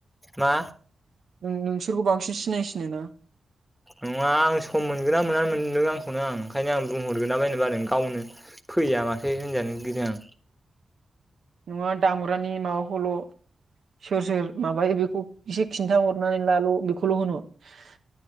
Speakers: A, in the centre; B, on the right (about 70°).
A: मा
B: उम नोंसोरखौ बांसिन सिनायसिनो ना।
A: नङा आं सम मोनगोन ना मोना मोनदों आंखौनो आं ओंखायनो आं बुंहर गोरला बायनो बादों गावनो। फैया माथो होनजानो गिदों आं।
B: नङा दामग्रानि माबाखौल' सोर सोर माबायो बेखौ एसे खिन्थ हरनानै लाल' बेखौल' होनहर।